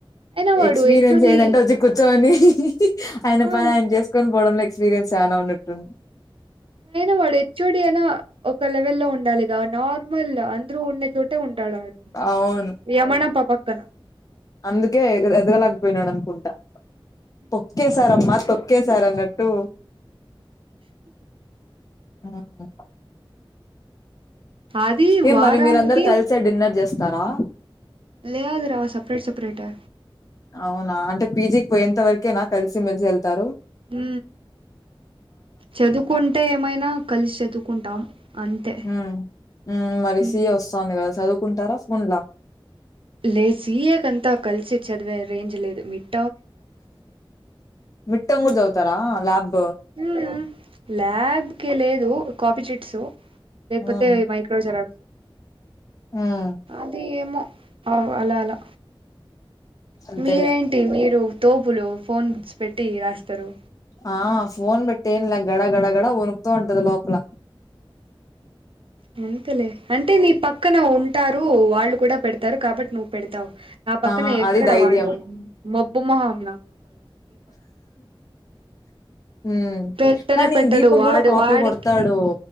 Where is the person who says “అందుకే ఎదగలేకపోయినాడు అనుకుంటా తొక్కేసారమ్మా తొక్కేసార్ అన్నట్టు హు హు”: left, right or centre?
Left